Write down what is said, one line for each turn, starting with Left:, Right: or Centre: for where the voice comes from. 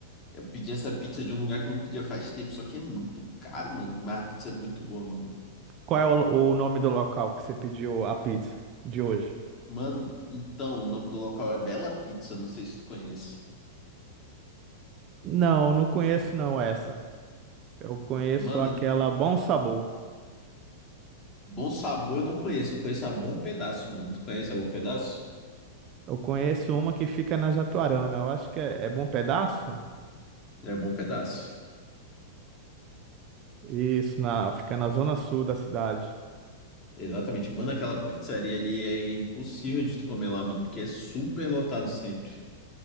Left: Eu pedi essa pizza de um lugar que eu não pedia faz tempo, só que é muito caro, mano. Mas a pizza é muito boa, mano.
Right: Qual é o, o nome do local que você pediu a pizza de hoje?
Left: Mano, então, o nome do local é Bela Pizza, não sei se tu conhece.
Right: Não, não conheço não essa. Eu conheço
Left: Mano,
Right: aquela
Left: e
Right: Bom Sabor.
Left: Bom Sabor eu não conheço, eu conheço a Bom Pedaço, mano. Tu conhece a Bom Pedaço?
Right: Eu conheço uma que fica na Jatuarana. Eu acho que é, é Bom Pedaço?
Left: É Bom Pedaço.
Right: Isso, na, fica na zona sul da cidade.
Left: Exatamente. Mano, aquela pizzaria ali é impossível de tu comer lá, mano, porque é super lotado sempre.